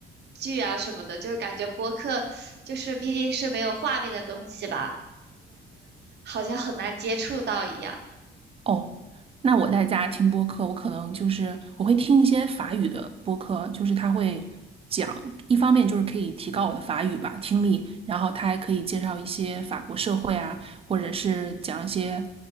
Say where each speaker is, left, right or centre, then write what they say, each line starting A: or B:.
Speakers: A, on the right; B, on the right.
A: 剧啊什么的，就是感觉播客就是毕竟是没有画面的东西吧，好像很难接触到一样。
B: 哦，那我在家听播客，我可能就是我会听一些法语的播客，就是他会讲，一方面就是可以提高我的法语吧，听力，然后他还可以介绍一些法国社会啊，或者是讲一些